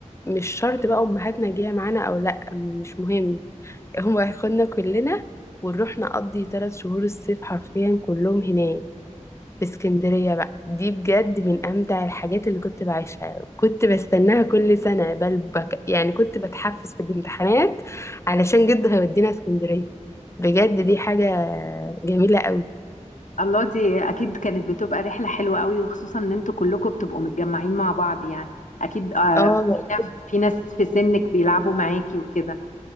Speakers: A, on the left; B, on the left.
A: مش شرط بقى أمهاتنا جاية معانا أو لأ مش مهم هو هياخدنا كلنا ونروح نقضي ثلاث شهور الصيف حرفيا كلهم هناك في اسكندرية بقى دي بجد من أمتع الحاجات اللي كنت بعيشها كنت بستناها كل سنة بل بك يعني كنت بتحفز في الامتحانات علشان جده هيودينا اسكندرية بجد دي حاجة جميلة قوي
B: الله دي اكيد كانت بتبقى رحله حلوه قوي وخصوصا ان انتوا كلكم بتبقوا متجمعين مع بعض يعني اكيد آه
A: اه
B: في ناس في ناس في سنك بيلعبوا معاكي وكده